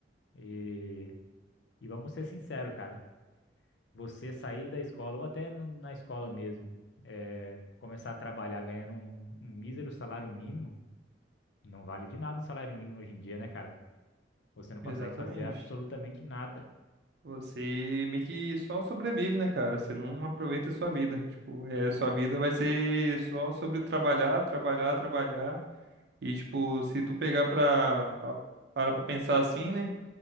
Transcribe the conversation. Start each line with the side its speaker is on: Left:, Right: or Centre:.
Left: E, e vamos ser sinceros, cara, você sair da escola, ou até no- na escola mesmo, é, começar a trabalhar ganhando um, um mísero salário mínimo, não vale de nada um salário mínimo hoje em dia, né, cara? Você não consegue
Right: Exatamente.
Left: fazer absolutamente nada.
Right: Você meio que só sobrevive, né, cara? Você não aproveita a sua vida. Tipo, é, sua vida vai ser só sobre trabalhar, trabalhar, trabalhar. E, tipo, se tu pegar pra, pra, para pra pensar assim, né?